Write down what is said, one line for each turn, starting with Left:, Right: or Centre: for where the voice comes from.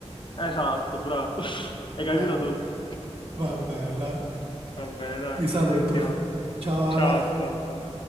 Left: Esatto, bravo. <laughs> Hai capito
Right: Va
Left: tutto.
Right: Va bene, dai.
Left: Va bene, dai,
Right: ti saluto.
Left: ci sentiamo.
Right: Ciao
Left: Ciao,
Right: Ale.
Left: ciao, ciao.